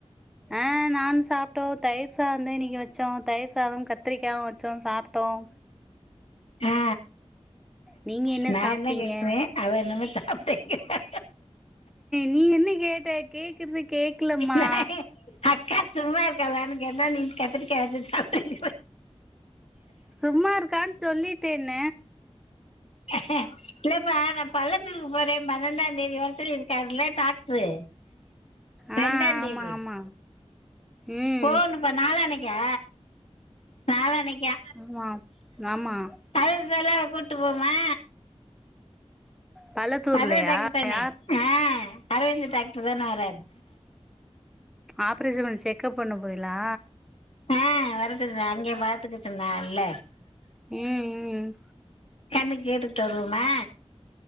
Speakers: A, in the centre; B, on the left.
A: ஆ நான் சாப்டோ தயிர் சா த இன்னிக்கு வச்சோ தயிர் சாதம் கத்திரிக்காவு வச்சோம் சாப்ட்டோம்
B: ஆ
A: நீங்க
B: நா
A: சாப்ட்டீங்க
B: என்ன கேக்குறே அவ என்னமோ சாப்ட்டங்கிறா
A: நீ என்ன கேட்ட கேக்குற்து கேக்கலம்மா
B: நான் அக்கா சும்மா இருக்காலானு கேட்டா நீ கத்திரிக்கா வச்சு சாப்டேங்குற
A: சும்மா இருக்கான் சொல்லிட்டேன
B: ஆ இல்லப்பா நா பள்ளத்தூருக்கு போறே பண்னெண்டா தேதி வர சொல்லிருக்கார்ல டாக்ட்ரு
A: ஆ
B: ரெண்டா
A: ஆமா
B: தேதி
A: ஆமா ம்
B: போணுப்ப நாலானைக்கா நாலனைக்கா
A: ஆமா நாமா
B: பல செல்லா கூட்டு போமா
A: பள்ளத்தூர்லயா
B: மதுரை டாக்டர் தானே
A: யார்
B: ஆ அரவிந்து டாக்ட்ரு தானே வரார்
A: ஆப்ரேஷன் செக்கப் பண்ண போரிலா
B: ஆ வரதுக்குதா அங்கையே பாத்துக்க சொன்னார்ல
A: ம் ம் ம்
B: கண்ணுக் கேட்டுட் வருவோமா